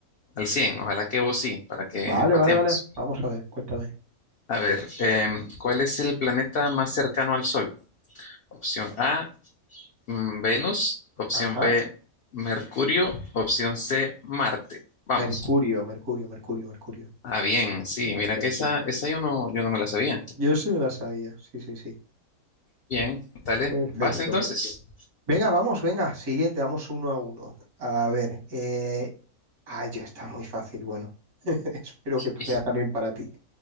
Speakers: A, on the left; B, on the right.
A: al 100, ojalá que vos sí, para que
B: Vale,
A: empatemos.
B: vale, vale. Vamos a ver, cuéntame.
A: A ver, em, ¿cuál es el planeta más cercano al Sol? Opción A, Mm, Venus, opción
B: Ajá.
A: B, Mercurio, opción C, Marte. Vamos.
B: Mercurio, Mercurio, Mercurio, Mercurio.
A: Ah, bien, sí,
B: Eso
A: mira que
B: es,
A: esa,
B: sí.
A: esa yo no, yo no me la sabía.
B: Yo sí me la sabía, sí, sí, sí.
A: Bien, dale,
B: Perfecto.
A: vas entonces.
B: Venga, vamos, venga, siguiente, vamos uno a uno. A ver, eh... ay, ya está muy fácil, bueno, <laughs> espero que
A: Y-
B: sea también para ti.